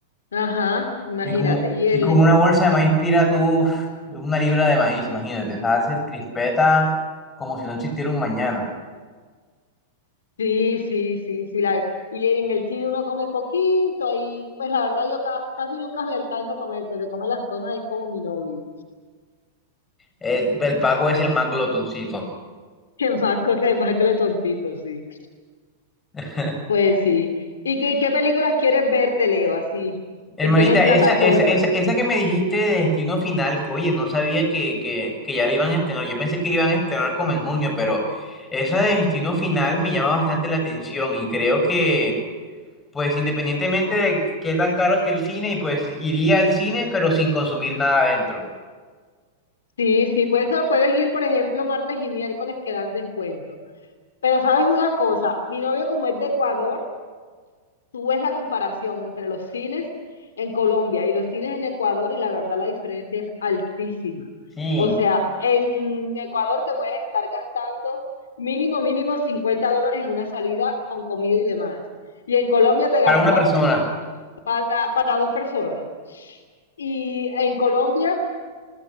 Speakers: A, on the left (about 70°); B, on the left (about 15°).
A: Ajá, imagínate.
B: Y con,
A: Y
B: y
A: el,
B: con una bolsa de maíz pira tú, uf, una libra de maíz, imagínate, o sea, hacer crispeta como si no existiera un mañana.
A: Sí, sí, sí, sí. La, y en el cine uno come poquito ahí. Pues la verdad yo ca- casi nunca me alcanzo a comer. El que se come las cosas es como mi novio.
B: Eh, el Paco es el más glotoncito.
A: <laughs> es más, glo- el más glotoncito, sí.
B: <laughs>
A: Pues sí. ¿Y qué, qué películas quieres verte, Leo? Así,
B: Hermanita,
A: que estén en plataforma.
B: esa, esa, esa, esa que me dijiste de Destino Final, que, oye, no sabía que, que, que ya la iban a estrenar. Yo pensé que la iban a estrenar como en junio, pero esa de Destino Final me llama bastante la atención y creo que, pues, independientemente de qué tan caro esté el cine, y pues iría al cine, pero sin consumir nada adentro.
A: Sí, sí, pues eso puedes ir, por ejemplo, martes y miércoles que dan descuento. Pero sabes una cosa, mi novio como es de Ecuador, tú ves la comparación entre los cines en Colombia y los cines en Ecuador y la verdad la diferencia es altísima.
B: Sí,
A: O sea, en Ecuador te puedes estar gastando mínimo, mínimo 50 dólares en una salida con comida y demás. Y en Colombia te
B: Para
A: gastas
B: una persona.
A: oh, para, para dos personas. Y en Colombia